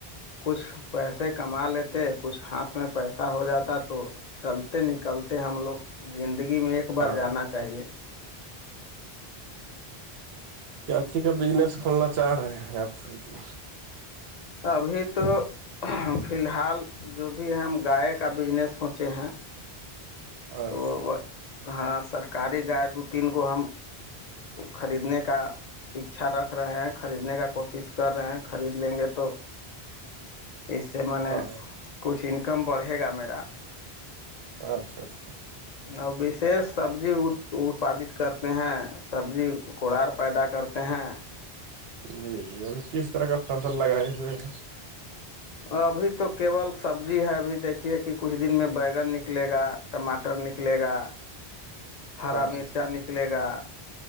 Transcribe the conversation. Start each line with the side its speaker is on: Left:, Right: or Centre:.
Left: کچھ پیسے کما لیتے کچھ ہاتھ میں پیسا ہو جاتا تو چلتے نکلتے ہم لوگ زندگی میں ایک بار
Right: ہاں
Left: جانا چاہیے
Right: کیاچی کا بزنس کھولنا چاہ رہے ہیں آپ جی
Left: ابھی تو فی الحال جو بھی ہم گائے کا بزنس سوچے ہیں
Right: ہاں
Left: تو
Right: سر <unintelligible>
Left: ہاں سرکاری گائے دو تین گو ہم خریدنے کا اچھا رکھ رہے ہیں خریدنے کا کوشش کر رہے ہیں خرید لیں گے تو اس سے میں نے
Right: ہاں
Left: کچھ انکم بڑھے گا میرا
Right: اچھا اچھا
Left: ا وشیش سبزی اتپادت کرتے ہیں سبزی کوڑار پیدا کرتے ہیں
Right: جی جی اور کس طرح کا فصل لگائے ہوئے ہیں
Left: ابھی تو کیول سبزی جی ہے ابھی دیکھیے کہ کچھ دن میں بیگن نکلے گا ٹماٹر نکلے گا ہرا
Right: ہاں
Left: مرچا نکلے گا